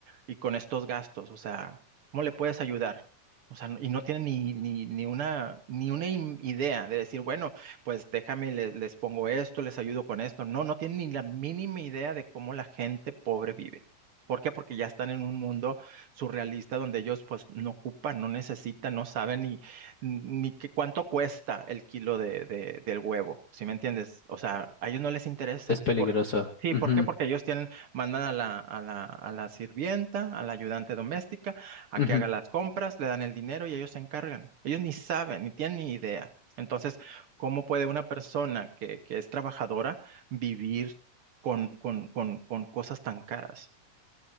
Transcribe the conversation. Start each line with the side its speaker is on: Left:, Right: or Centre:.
Right: y con estos gastos? O sea, ¿cómo le puedes ayudar? O sea, y no tiene ni, ni, ni una, ni una im- idea de decir, bueno, pues déjame, le- les pongo esto, les ayudo con esto. No, no tienen ni la mínima idea de cómo la gente pobre vive. ¿Por qué? Porque ya están en un mundo surrealista donde ellos pues no ocupan, no necesitan, no saben ni, ni qué- cuánto cuesta el kilo de, de- del huevo, ¿sí me entiendes? O sea, a ellos no les interesa.
Left: Es peligroso.
Right: ¿Por- sí,
Left: Ujú,
Right: ¿por qué? Porque ellos tienen, mandan a la, a la, a la sirvienta, a la ayudante doméstica, a
Left: ujú.
Right: que haga las compras, le dan el dinero y ellos se encargan. Ellos ni saben, ni tienen ni idea. Entonces, ¿Cómo puede una persona que, que es trabajadora vivir con, con, con, con cosas tan caras?